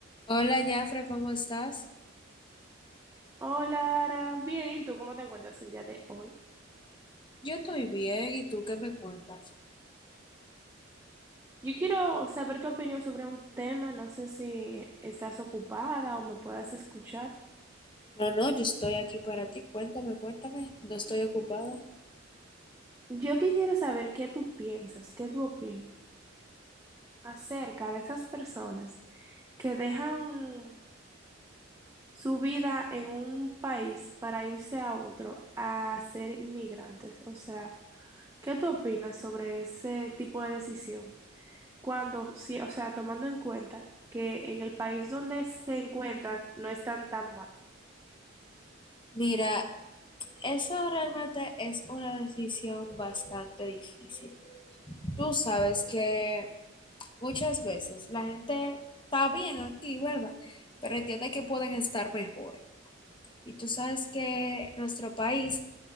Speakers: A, on the left; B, on the right.
A: Hola, Jafre, ¿cómo estás?
B: Hola, Ara. Bien, ¿y tú cómo te encuentras el día de hoy?
A: Yo estoy bien, ¿y tú qué me cuentas?
B: Yo quiero saber tu opinión sobre un tema, no sé si estás ocupada o me puedas escuchar.
A: No, no, yo estoy aquí para ti. Cuéntame, cuéntame. No estoy ocupada.
B: Yo quisiera saber qué tú piensas, qué tú opinas acerca de esas personas que dejan su vida en un país para irse a otro a ser inmigrantes. O sea, ¿qué tú opinas sobre ese tipo de decisión? cuando, sí, o sea, tomando en cuenta que en el país donde se encuentran no están tan mal.
A: Mira, eso realmente es una decisión bastante difícil. Tú sabes que muchas veces la gente está bien aquí, ¿verdad? Pero entiende que pueden estar mejor. Y tú sabes que nuestro país